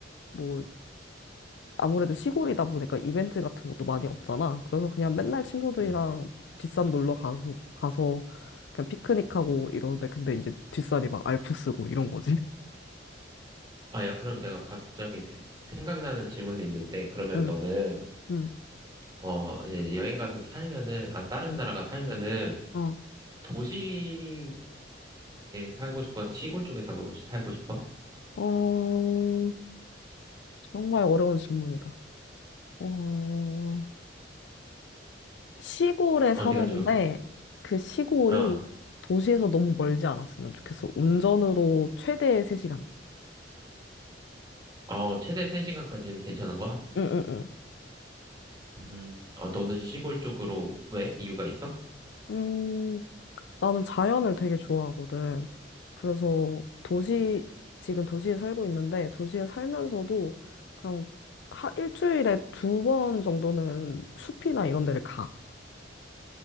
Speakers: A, on the left (about 70°); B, on the right (about 20°).
A: 뭐 아무래도 시골이다 보니까 이벤트 같은 것도 많이 없잖아. 그래서 그냥 맨날 친구들이랑
B: 음.
A: 뒷산 놀러 가서, 가서 그냥 피크닉하고 이러는데, 근데 이제 뒷산이 막 알프스고 이런 거지. <laughs>
B: 아, 야, 그럼 내가 갑자기 스- 생각나는 질문이 있는데, 그러면
A: 응,
B: 너는,
A: 응,
B: 어, 이제 여행 가서 살면은, 아, 다른
A: 응.
B: 나라가 살면은,
A: 어,
B: 도시에 살고 싶어? 시골 쪽에 살고, 살고 싶어?
A: 어, 정말 어려운 질문이다. 어, 시골에 사는데
B: 어디가 좋을까?
A: 그 시골이
B: 어,
A: 도시에서 너무 멀지 않았으면 좋겠어. 운전으로 최대 3시간.
B: 어, 최대 3시간까지는 괜찮은 거야?
A: 응, 응, 응.
B: 음. 아, 너는 시골 쪽으로 왜? 이유가 있어?
A: 음, 나는 자연을 되게 좋아하거든. 그래서 도시, 지금 도시에 살고 있는데 도시에 살면서도 그냥 하, 일주일에 두 번 정도는 숲이나 이런 데를 가.